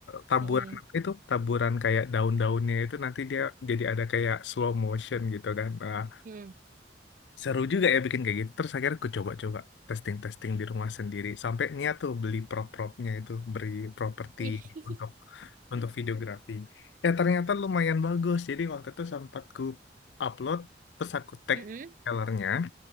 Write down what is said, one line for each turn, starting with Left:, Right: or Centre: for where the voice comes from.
Left: taburan
Right: Hmm.
Left: apa itu taburan kayak daun-daunnya itu nanti dia jadi ada kayak slow motion gitu kan. Ah,
Right: Hmm.
Left: seru juga ya bikin kayak gitu. Terus akhirnya aku coba-coba testing-testing di rumah sendiri sampai niat tuh beli prop-propnya itu beri properti
Right: Wih. <laughs>
Left: untuk untuk videografi. Ya ternyata lumayan bagus. Jadi waktu itu sempat ku upload terus aku tag
Right: Mm-mm.
Left: sellernya